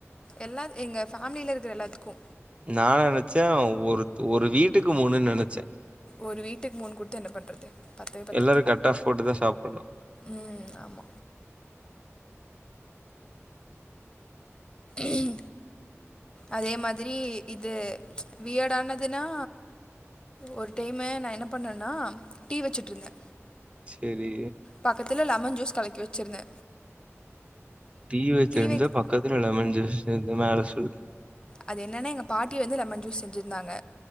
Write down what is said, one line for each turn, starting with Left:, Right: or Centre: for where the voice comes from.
Left: எல்லார் எங்க ஃபேமிலில இருக்கிற எல்லாத்துக்கு
Right: நா நெனைச்சே ஒரு து ஒரு வீட்டுக்கு மூணுனு நெனைச்சே
Left: ஒரு வீட்டுக்கு மூணு குடுத்து என்ன பண்றது பத்தவே பத்தாது
Right: எல்லாரும் கட் ஆஃப் போட்டு தான் சாப்புட்ணும்.
Left: உம் ஆமா உம் அதே மாதிரி இது ம்ச் வியடானதுன்னா ஒரு டைமு நா என்ன பண்ணேனா டீ வச்சுட்டுருந்தே
Right: செரி
Left: பக்கத்தல லெமன் ஜூஸ் கலக்கி வெச்சிருந்தே
Right: டீ வச்சிருந்து
Left: வைக்
Right: பக்கத்துல லெமன் ஜூஸ் இருந்து மேல சொல்லு
Left: அது என்னன்னா எங்க பாட்டி வந்து லெமன் ஜூஸ் செஞ்சிருந்தாங்க